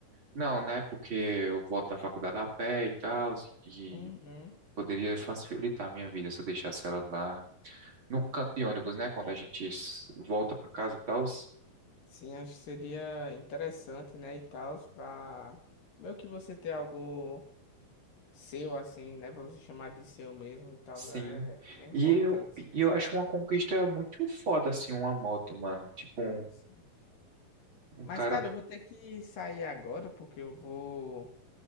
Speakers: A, on the right; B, on the left.
A: não, né? Porque eu volto à faculdade a pé e tal, e
B: Uhum.
A: poderia facilitar a minha vida se eu deixasse ela lá no canto de ônibus, né? Quando a gente s- volta para casa e tal.
B: Sim, acho que seria interessante, né, e tal, pra meio que você ter algo seu, assim, né, pra você chamar de seu mesmo e tal,
A: Sim.
B: é, é importante.
A: E eu, e eu acho uma conquista muito foda, assim, uma moto, mano. Tipo,
B: Sim,
A: um,
B: sim.
A: um
B: Mas,
A: cara
B: cara, eu vou ter que sair agora, porque eu vou,